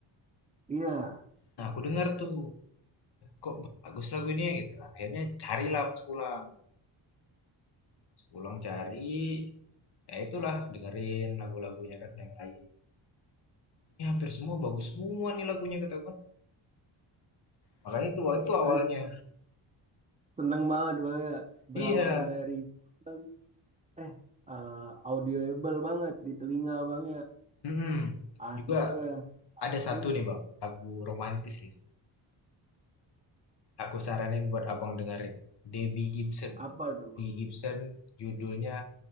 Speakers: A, on the right; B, on the left.
A: Iya,
B: nah aku denger tuh kok bagus lagu ini ya gitu akhirnya carilah pas pulang Pas pulang cari ya itulah dengerin lagu-lagunya kan yang lain ini hampir semua bagus semua nih lagunya katakan, gue maka itu wah, itu awalnya
A: eh, seneng banget bang, ya. berawal
B: iya
A: dari um, eh eh, audioable banget di telinga abang ya.
B: Mm-mm.
A: Akhirnya,
B: juga ada satu
A: iya,
B: nih bang lagu romantis nih aku saranin buat abang dengerin Debbie Gibson
A: apa tuh
B: Debbie
A: bang?
B: Gibson judulnya